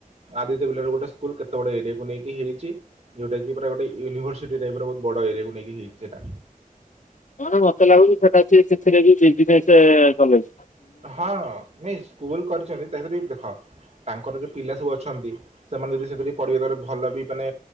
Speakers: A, on the right; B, on the left.
A: ଆଦିତ୍ୟ ବିର୍ଲାର ଗୋଟେ ସ ସ୍କୁଲ କେତେ ବଡ ଏରିଆକୁ ନେଇକି ହେଇଛି ଯୋଉଟା କି ପୁରା ଗୋଟେ ୟୁିଭର୍ସିଟି ଟାଇପ ର ବହୁତ ବଡ ଏରିଆକୁ ନେଇକି ହେଇଛି ସେଇଟା
B: ନହେଲେ ମତେ ଲାଗୁଛି ସେଟା ସିଏ ସେଥିରେ ବି ବିଜନେସ କଲେଣି
A: ହଁ ହଁ ନାଁଇ ସ ସ୍କୁଲ୍ କରିଛନ୍ତି ତାପରେ ବି ଦେଖ ତାଙ୍କର ଯେଉଁ ପିଲା ସବୁ ଅଛନ୍ତି ସେମାନେ ଯଦି ସେଥିରେ ପଢ଼େଇବାରେ ଭଲ ବି ମାନେ